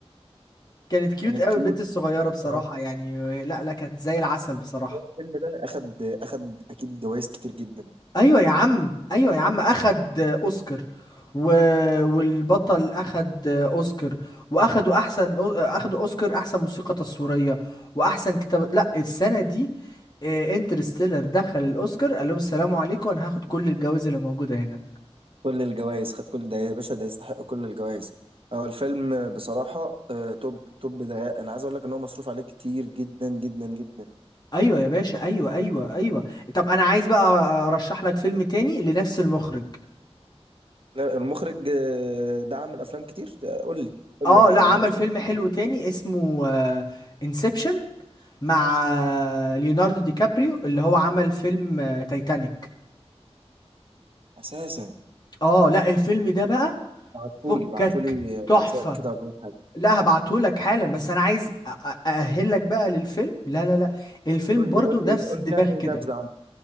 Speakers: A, on the left; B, on the right.
A: كانت كيوت
B: كانت
A: قوي
B: كيوت
A: البنت الصغيرة بصراحة
B: اه
A: يعني لا لا كانت زي العسل بصراحة
B: الفيلم ده اخد اخد اكيد جوائز كتير جدا
A: ايوه يا عم ايوه يا عم اخد اوسكار و... والبطل اخد اوسكار واخدوا احسن اخدوا اوسكار احسن موسيقى تصويرية واحسن كتابة لا السنة دي انترستيلر دخل الاوسكار قال لهم السلام عليكم انا هاخد كل الجوائز اللي موجودة هنا
B: كل الجوائز خد كل ده يا باشا ده يستحق كل الجوائز هو الفيلم بصراحة آه، توب توب ده انا عايز اقول لك ان هو مصروف عليه كتير جدا جدا جدا
A: ايوه يا باشا ايوه ايوه ايوه طب انا عايز بقى ارشح لك فيلم تاني لنفس المخرج
B: لا، المخرج آه، دعم الافلام كتير ده قول لي قول
A: اه
B: لي انا
A: لا عمل
B: انا يا باشا
A: فيلم حلو تاني اسمه انسبشن مع آه، ليوناردو دي كابريو اللي هو عمل فيلم آه، تايتانيك
B: اساسا
A: اه لا الفيلم ده بقى
B: بعتولي
A: فكك
B: بعتولي واتساب
A: تحفة
B: كده ولا اي حاجه
A: لا هبعته لك حالا بس انا عايز أ- أ- اأهلك بقى للفيلم لا لا لا الفيلم
B: قول
A: برضو
B: لي قول
A: نفس
B: لي قول
A: الدماغ
B: لي يعني
A: كده
B: نبذه عنه